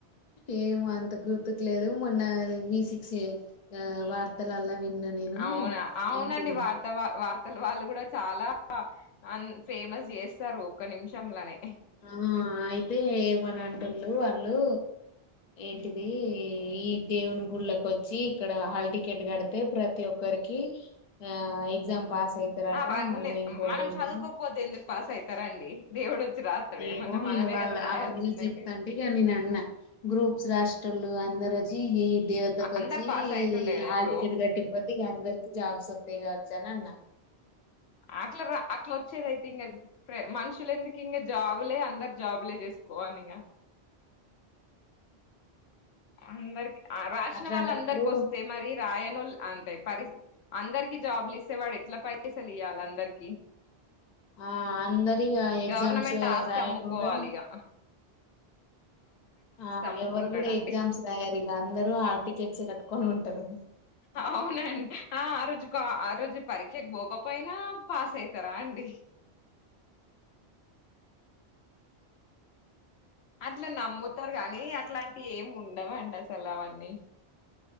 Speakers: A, on the left (about 45°); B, on the left (about 75°).
A: ఎమో అంత గుర్తుకు లేదు మొన్న వి సిక్స్ ఆ వర్తలల విన్నా నేను
B: అవునా అవునండి
A: ఏంటిది
B: వార్తవ అసలు వాళ్ళు కూడా చాలా అన్ ఫేమస్ చేస్తారు ఒక్క నిమిషంలనే
A: ఆ అయితే ఏమని అంటుడు వాళ్ళు ఏంటిది ఈ దేవుని గుళ్లోకొచ్చి ఇక్కడ హల్ టికెట్ కడితే ప్రతి ఒక్కరు అందర్కి ఆ ఎగ్జామ్ పాస్ అయితారట
B: అవన్నీ
A: మళ్ళా ఇంకోటి
B: మనం
A: ఏంటిది
B: చదువుకోపోతే ఎందుకు పాస్ అయితరండీ దేవుడు రాస్తాడు
A: ఏమో
B: ఏమన్నా మనమే
A: ఇవాళ
B: కదా రాయాల్సింది
A: మీరు చెప్తాంటే
B: అయితే
A: ఇగ నేనన్న గ్రూప్స్ రాస్ టోలు అందర్రచి హిల్ దేవతకు
B: అందరు
A: వచ్చి
B: పాస్ అయితుండే కదా
A: హాల్
B: ఎప్పుడు
A: టికెట్ కట్టిపోతే ఇక అందరికి జాబ్స్ ఓ దిగోచ్చనన్న
B: అట్లా రా అట్లా వచ్చేదయితే ఇంక మనుషులెందుకు ఇంగ జాబులే అందరు జాబులే చేస్ కోనింగ అందరికి రాసిన
A: అట్లాంటప్పుడు
B: వాళ్ళ అందరికి వస్తే మరి రాయనోల్ అంతే పరిస్ అందరికి జోబులిస్తే వాడు ఎట్లా పైసలు ఇయాలి అందర్కి
A: ఆ అందరి ఇగ ఎగ్జామ్స్
B: గవర్నమెంట్ ఆస్తి
A: రాయకుండా
B: అమ్ముకోవాలిగా
A: ఆ
B: అమ్ముకుంటాడండి
A: ఎవరు కూడా ఎగ్జామ్స్ రాయారు ఇక అందరుూ హాల్ టికెట్స్ కట్టుకొని ఉంటరు
B: అవునండి ఆ ఆ రోజు క ఆ రోజు పరీక్షకి పోకపోయినా పాస్ అయితారా అండి అట్లా నమ్ముతారు కానీ అట్లాంటి ఏమి ఉండవండి అసలు అవన్నీ